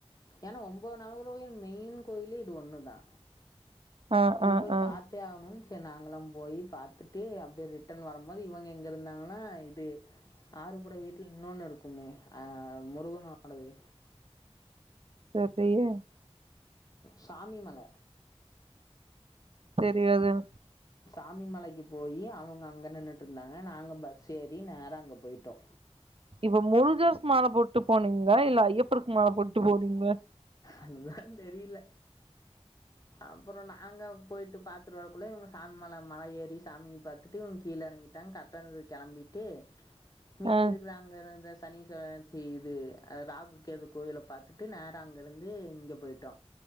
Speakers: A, on the left (about 35°); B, on the right (about 60°).
A: ஏன்னா ஒன்போது நவ <unintelligible> மெயின் கோயிலே இது ஒண்ணுதா
B: ஆ
A: இது
B: ஆ
A: போய்
B: ஆ
A: பாத்தே ஆவணு சேரி நாங்களா போயி பாத்துட்டு அப்டியே ரிட்டர்ன் வரம்போது இவங்க எங்க இருந்தாங்கன்னா இது ஆறுபட வீட்ல இன்னொன்னு இருக்குமே அ முருகனோடது
B: சரியே
A: சாமி மல
B: தெரியாதுங்க
A: சாமி மலைக்கி போயி அவுங்க அங்க நின்னுட்ருந்தாங்க நாங்க பஸ் ஏறி நேரா அங்க போயிட்டோ
B: இப்ப முருகர்க்கு மால போட்டு போனீங்ளா இல்ல ஐயப்பர்க்கு மால போட்டு போனீங்ளா
A: அதுதா தெரில அப்புறோ நாங்க போயிட்டு பாத்துட்டு வரக்குள்ள இவுங்க சாமி மல மல ஏறி சாமிய பாத்துட்டு இவுங்க கீழ எறங்கி ட்டாங் கரக்ட்டாருந்துது கெளம்பிட்டு மீதி
B: ஆ
A: இருக்கிற அங்கனருந்த சனீஸ்வரர் இது ராகு கேது கோயில பாத்து ட்டு நேரா அங்க இருந்து இங்க போய்ட்டோ